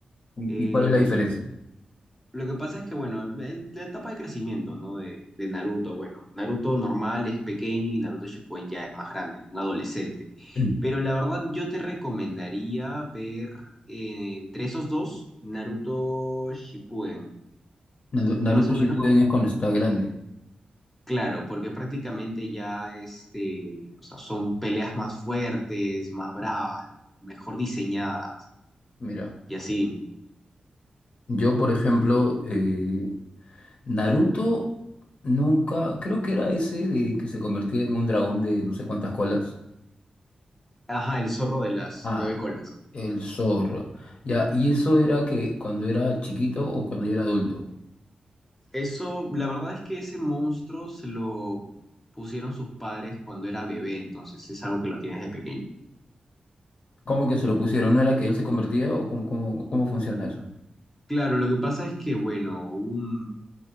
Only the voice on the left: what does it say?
¿Y,
y cuál es la diferencia?
<clears throat>
Naru- Naruto
Shippuden
es cuando está grande.
Mira,
yo por ejemplo, eh, Naruto nunca, creo que era ese de que se convertía en un dragón de no sé cuántas colas.
Ah,
el zorro. Ya, y eso era que cuando era chiquito o cuando ya era adulto.
¿Cómo que se lo pusieron? ¿No era que él se convertía o cómo, cómo, cómo funciona eso?